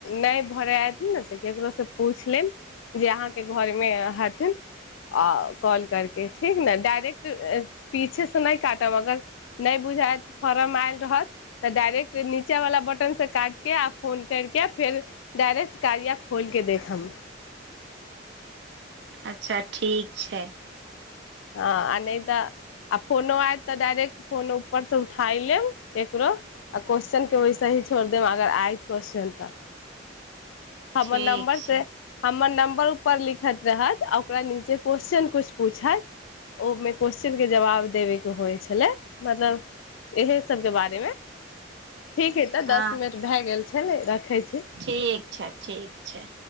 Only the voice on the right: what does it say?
अच्छा ठीक छै।
ठीक
छै
हँ
ठीक छैय, ठीक छैय।